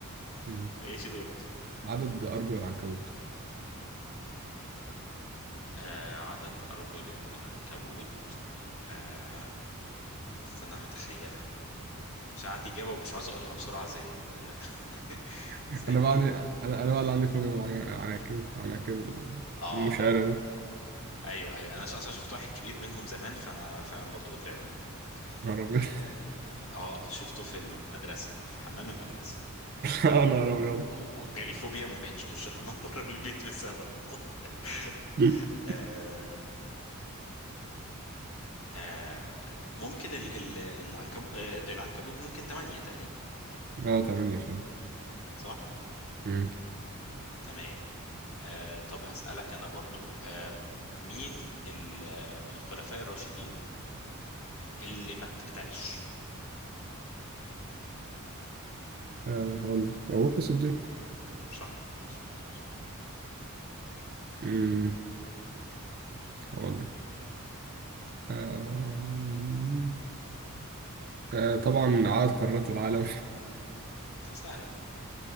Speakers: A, on the right (about 45°); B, on the left (about 70°).
A: مم.
B: ماشي دورك
A: عدد ارجل العنكبوت
B: آه عدد ارجل العنكبوت آه استنى هتخيلها مش عندي اجابه ومش عاوز اقولها بسرعه زي ال <laughs> زي
A: انا بقى
B: ال
A: عندي انا انا بقى اللي عندي فوبيا من العن- العناكب العناكب
B: اه
A: المشعرة دي
B: اه ايوه ايوه انا ش- اصلا شفت واحد كبير منهم زمان فانا فعلا برضو بترعب منه
A: نهار ابيض
B: اه
A: <laughs>
B: آه، شفته في المدرسه في حمام المدرسه
A: يا نهار ابيض
B: و- وجالي فوبيا ما بقتش اخش الحمام <laughs> بره البيت بسببه <laughs>
A: <laughs>
B: آه آه ممكن ال ال العنكب آه العنكبوت ممكن تمانية تقريبا
A: اه تمانية فعلا
B: صح؟
A: أمم.
B: تمام آه طب هسألك أنا برضو آه مين ال- آه، من الخلفاء الراشدين اللي ما اتقتلش؟
A: آه، هقول لك أبو بكر الصديق
B: صح مظبوط
A: أمم، هقول لك آه، آه، طبعا عدد قارات العالم <laughs>
B: آه، سهلة دي